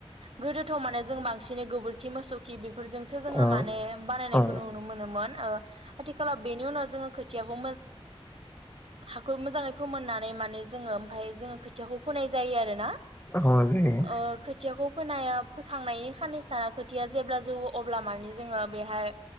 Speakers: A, on the right (about 70°); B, on the left (about 20°).
A: गोदोथ' माने जों बांसिन गोबोरखि मोसौखि बेफोरजोंसो जोङो
B: औ
A: माने बानायनायखौ
B: औ
A: नुनो मोनोमोन ओ आथिखालाव बेनि उनाव जोङो खोथियाखौ हाखौ मोजाङै फोमोननानै माने जोङो ओमफ्राय जोङो खोथियाखौ फोनाय जायो आरो ना।
B: औ जायो
A: ओ खोथियाखौ फोनाया फोखांनायनि खाननैसो थाना खोथिया जेब्ला जौवो अब्ला माने जोङो बेहाय